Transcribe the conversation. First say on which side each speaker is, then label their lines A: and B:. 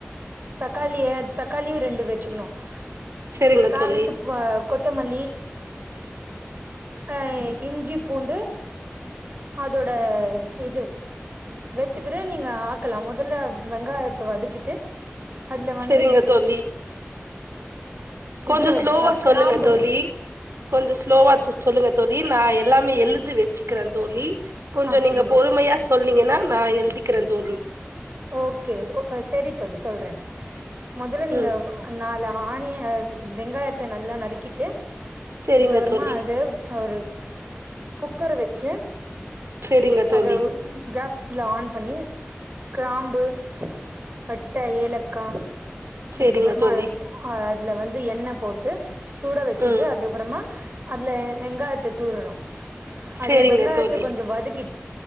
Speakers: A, on the right; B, on the right.
A: தக்காளிய தக்காளியு ரெண்டு வெச்சுக்கணு <unintelligible>
B: செரிங்க தோழி
A: கொத்தமல்லி ஹ இஞ்சி பூண்டு அதோட இது வெச்சிகிடு நீங்க ஆக்கலா முதல்ல வெங்காயத்த வதக்கிட்டு அதுல வந்து
B: செரிங்க தோழி கொஞ்சோ
A: இது
B: ஸ்லோவா
A: அ
B: சொல்லுங்க
A: கிராம்பு
B: தோழி கொஞ்சோ ஸ்லோவா சொல்லுங்க தோழி து நா எல்லாமே எழுது வெச்சுக்கிற தோழி கொஞ்சோ
A: அப்டியா
B: நீங்க பொறுமையா சொன்னீங்கன்னா நா எழ்தி க்கிர தோழி
A: ஓக்கே செரி தோழி சொல்ற மொதல்ல நீங்க
B: ம்
A: நா ஆணிய வெங்காயத்த நல்லா நறுக்கிட்டு
B: செரிங்க
A: அதுக்கப்றமா
B: தோழி
A: அது ஒரு குக்கர வெச்சு
B: செரிங்க தோழி
A: அது கேஸ் ல ஆன் பண்ணி கிராம்பு பட்ட ஏலக்கா
B: செரிங்க
A: அதுக்கப்புறமா
B: தோழி
A: ஆ இதுல வந்து எண்ண போட்டு சூட வெச்சிட்டு
B: ம்
A: அதுப்புறமா அதுல வெங்காயத்த தூரணோ
B: செரிங்க
A: அது வெங்காயத்த
B: தோழி
A: கொஞ்சோ வதக்